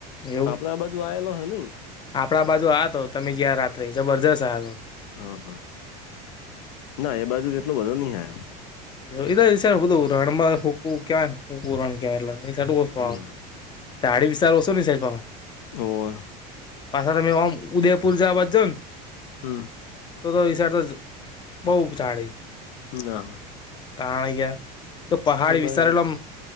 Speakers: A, on the left; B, on the left.
A: એવું
B: આપડા બાજુ આવેલો નહીં.
A: આપડા બાજુ આવે તો તમે જયાં રાત્રે જબરજસ્ત આવે.
B: હ હા ના એ બાજુ એટલો બધો નહી આવ્યો.
A: <unintelligible> એ તો હિસાબે બધું રણમાં હૂકું કય હકું રણ કેવાય એટલે
B: હમ
A: <unintelligible> દાડી વિસઓ સોધી સાહેબો હો.
B: ઓર
A: પાછા તમે ઓમ ઉદયપુ જવાર જવું
B: હમ્મ.
A: તો તો હિસાબે તો બહુ ચાડે.
B: ના.
A: તાય તો પહાડી
B: એ બાજુ
A: વિસારેલમ